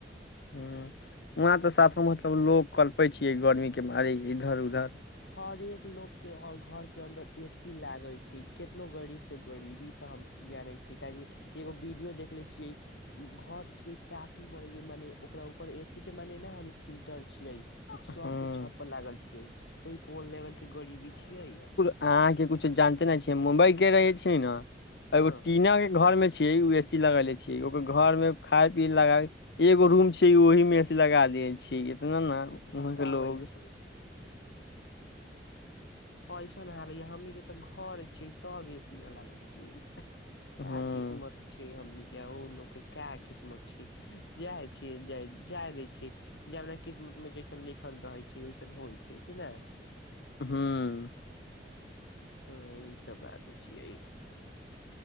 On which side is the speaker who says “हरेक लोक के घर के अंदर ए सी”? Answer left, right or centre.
Left